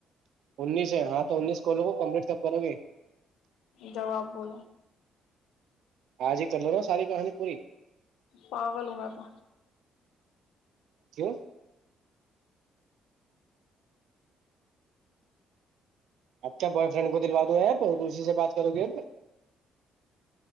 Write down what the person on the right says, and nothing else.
انیس ہے ہاں تو انیس کو لوگ کو کمپلیٹ تب کرو گے
آج ہی کر لو نا ساری کہانی پوری
کی آپ کیا بوائے فرینڈ کو دلوا دوے آپ اسی سے بات کرو گے